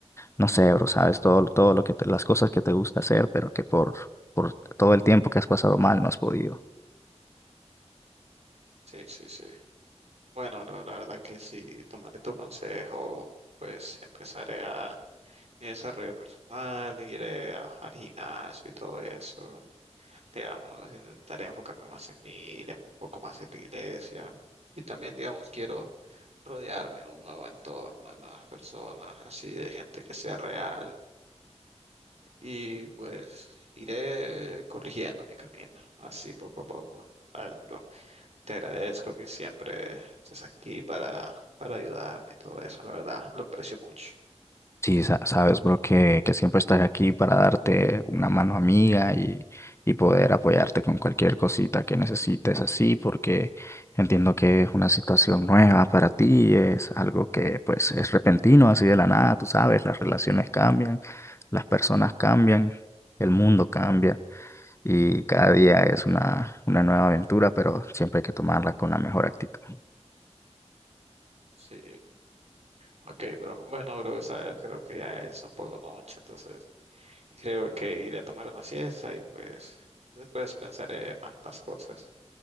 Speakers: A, on the left; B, on the right.
A: No sé, bro, sabes todo, todo lo que te- las cosas que te gusta hacer, pero que por, por todo el tiempo que has pasado mal no has podido.
B: Sí, sí, sí. Bueno, la la verdad que sí, tomaré tu consejo, pues empezaré a mi desarrollo personal, iré a- al gimnasio y todo eso. Digamos, intentaré enfocarme más en mí, iré un poco más en la iglesia. Y también, digamos, quiero rodearme de un nuevo entorno, de nuevas personas, así de gente que sea real. Y pues iré corrigiendo mi camino, así poco a poco. ¿Sabes, bro? Te agradezco que siempre estés aquí para, para ayudarme y todo eso, la verdad, lo aprecio mucho.
A: Sí, sa- sabes, bro, que, que siempre estás aquí para darte una mano amiga y, y poder apoyarte con cualquier cosita que necesites así, porque entiendo que es una situación nueva para ti, es algo que pues es repentino, así de la nada, tú sabes, las relaciones cambian, las personas cambian, el mundo cambia. y cada día es una, una nueva aventura, pero siempre hay que tomarla con la mejor actitud.
B: Sí, ok, bro. Bueno, bro, sabes, creo que ya es un poco noche, entonces creo que iré a tomar una siesta y pues después pensaré más las cosas.